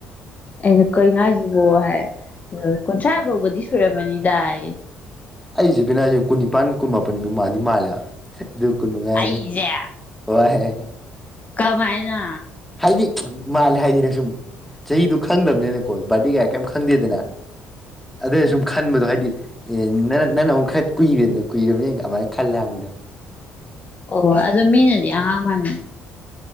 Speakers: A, on the left; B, in the centre.
A: ꯑꯩꯅ ꯀꯩꯅ‌ꯣ ꯍꯥꯏꯖꯤꯕꯣ ꯍꯥꯏ ꯀꯨꯟꯊ꯭ꯔꯥ ꯕꯧꯕꯗꯤ ꯁꯨꯔꯝꯃꯅꯤꯗ ꯌ‌ꯦ
B: ꯑꯩ ꯆ‌ꯦ ꯄꯦ ꯅꯪꯁꯦ ꯀꯨꯟꯅꯤꯄꯥꯟ ꯀꯨꯟ ꯃꯥꯄꯟꯒ ꯃꯥꯟꯗꯤ ꯃꯥꯜꯂꯦ ꯍꯥꯕ ꯑꯗꯨ ꯀꯨꯟ ꯃꯉꯥ ꯍꯥꯏꯔ‌ꯦ
A: ꯑꯩꯁꯦ
B: ꯋꯥꯍꯦ
A: ꯀꯃꯥꯏꯅꯥ
B: ꯍꯥꯏꯗꯤ ꯃꯥꯜꯂꯦ ꯍꯥꯏꯗꯤ ꯅꯪ ꯁꯨꯝ ꯆꯍꯤꯗꯣ ꯈꯪꯗꯕꯅꯤꯅꯀꯣ ꯕꯥꯔꯗꯦ ꯀꯌꯥ ꯀꯩꯝ ꯈꯪꯗꯦꯗꯅ ꯑꯗꯨꯅ ꯁꯨꯝ ꯈꯟꯕꯗꯣ ꯍꯥꯏꯗꯤ ꯑꯦ ꯅꯪꯅ ꯑꯃꯨꯛ ꯈꯔ ꯀꯨꯏꯔꯦꯗꯅ ꯀꯨꯏꯔꯕꯅꯤꯅ ꯑꯃꯥꯏ ꯈꯜꯂꯦ ꯍꯥꯏꯕꯅꯤꯗ
A: ꯑ‌ꯣ ꯍ‌‌ꯣꯏ ꯑꯗꯨ ꯃꯤꯅꯗꯤ ꯑꯉꯥꯡ ꯃꯥꯟꯕꯅ‌ꯦ